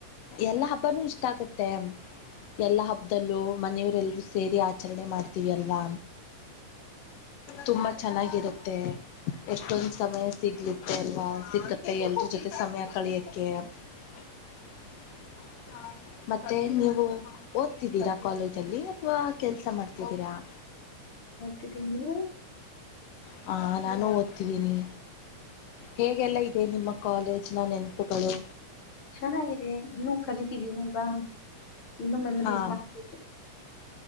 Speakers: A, on the left; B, on the left.
A: ಎಲ್ಲಾ ಹಬ್ಬಾನೂ ಇಷ್ಟ ಆಗುತ್ತೆ ಎಲ್ಲಾ ಹಬ್ಬದಲ್ಲೂ ಮನೆಯವರೆಲ್ಲಾ ಸೇರಿ ಆಚರಣೆ ಮಾಡ್ತೀವಿ ಅಲ್ವಾ ತುಂಬಾ ಚೆನ್ನಾಗಿರುತ್ತೆ ಎಷ್ಟೊಂದ್ ಸಮಯ ಸಿಗ್ಲತ್ತೆ ಅಲ್ಲ ಸಿಕ್ಕತ್ತೆ ಎಲ್ರ ಜೊತೆ ಸಮಯ ಕಳಿಯಕ್ಕೆ <inaudible> ಮತ್ತೆ ನೀವು ಓದ್ತಿದ್ದೀರಾ ಕಾಲೇಜ ಅಲ್ಲಿ ಅಥವಾ ಕೆಲ್ಸ ಮಾಡ್ತಿದ್ದೀರಾ ಹ
B: ಹತಿದ್ದೀ ನೀವು
A: ಹಾ ನಾನು ಓದ್ತಿದ್ದೀನಿ ಹೇಗೆಲ್ಲ ಇದೆ ನಿಮ್ಮ ಕಾಲೇಜ್ ನ ನೆನಪುಗಳು
B: ಚೆನ್ನಾಗಿದೆ ಇನ್ನುೂ ಕಲಿತಿದ್ದೀನಿಲ್ವಾ ಇನ್ನುೂ ಮೆಮರೀಸ್
A: ಹಾ
B: ಮಾಡ್ಬೇಕು